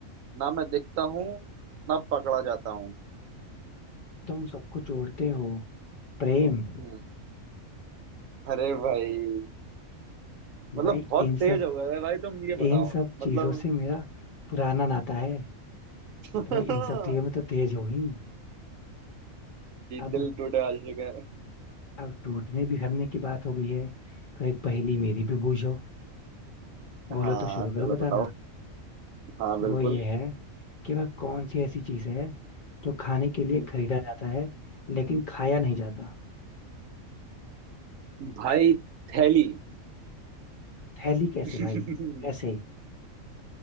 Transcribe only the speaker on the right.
ना मैं दिखता हूँ ना पकड़ा जाता हूँ
हम्म, अरे भाई मतलब
बहुत
तेज
हो गए है भाई तुम ये बताओ
मतलब
<laughs> भाई
दिल टूटे आशिक है
हाँ
चलो
बताओ हाँ बिल्कुल
हम्म,
भाई थैली
<laughs>